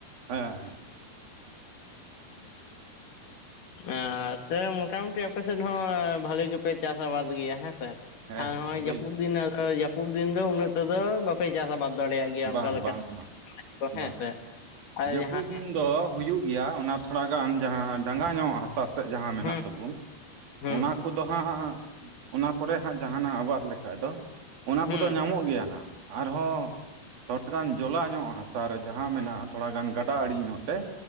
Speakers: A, on the right; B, on the left.
A: ᱦᱮᱸ ᱦᱮᱸ
B: ᱮ ᱥᱮ ᱢᱚᱴᱟᱢᱩᱴᱤ ᱟᱯᱮᱥᱮᱫ ᱦᱚᱸ ᱵᱷᱟᱹᱞᱤ ᱜᱮᱯᱮ ᱪᱟᱥ ᱟᱵᱟᱫᱽ ᱜᱮᱭᱟ ᱦᱮᱸᱥᱮ?
A: ᱦᱮᱸ
B: ᱟᱨ ᱱᱚᱜᱼᱚᱭ
A: ᱵᱷᱟᱜᱮ
B: ᱡᱟᱹᱯᱩᱫ
A: ᱜᱮ
B: ᱫᱤᱱ ᱡᱟᱹᱯᱩᱫ ᱫᱤᱱ ᱫᱚ ᱩᱱᱟᱹᱜ ᱴᱟᱫᱚ ᱵᱟᱯᱮ ᱪᱟᱥ ᱟᱵᱟᱫᱽ ᱫᱟᱲᱮᱭᱟᱜ ᱜᱮᱭᱟ ᱚᱱᱠᱟ
A: ᱵᱟᱝ
B: ᱞᱮᱠᱟ
A: ᱵᱟᱝ ᱵᱟᱝ
B: <unintelligible> ᱦᱮᱸ
A: ᱵᱟᱝ
B: ᱥᱮ ᱟᱨ
A: ᱡᱟᱹᱯᱩᱫ
B: ᱡᱟᱦᱟᱸ
A: ᱫᱤᱱ ᱫᱚ ᱦᱩᱭᱩᱜ ᱜᱮᱭᱟ ᱚᱱᱟ ᱛᱷᱚᱲᱟ ᱜᱟᱱ ᱡᱟᱦᱟᱸ ᱰᱟᱸᱜᱟ ᱧᱚᱜ ᱦᱟᱥᱟ ᱡᱟᱦᱟᱸ ᱢᱮᱱᱟᱜ
B: ᱦᱩᱸ
A: ᱛᱟᱵᱚᱱ
B: ᱦᱩᱸ
A: ᱚᱱᱟ ᱠᱚᱫᱚ ᱦᱟᱸᱜ ᱚᱱᱟ ᱠᱚᱨᱮ ᱦᱟᱸᱜ ᱡᱟᱦᱟᱱᱟᱜ ᱟᱵᱟᱫᱽ ᱞᱮᱠᱷᱟᱡ ᱫᱚ ᱚᱱᱟ
B: ᱦᱩᱸ
A: ᱠᱚᱫᱚ ᱧᱟᱢᱚᱜ ᱜᱮᱭᱟ ᱦᱟᱸᱜ ᱟᱨᱦᱚᱸ ᱛᱷᱚᱲᱟ ᱜᱟᱱ ᱡᱚᱞᱟᱧᱚᱜ ᱦᱟᱥᱟᱨᱮ ᱡᱟᱦᱟᱸ ᱢᱮᱱᱟᱜᱼᱟ ᱛᱷᱚᱲᱟ ᱜᱟᱱ ᱜᱟᱸᱰᱟ ᱟᱸᱲᱮ ᱧᱚᱜ ᱛᱮ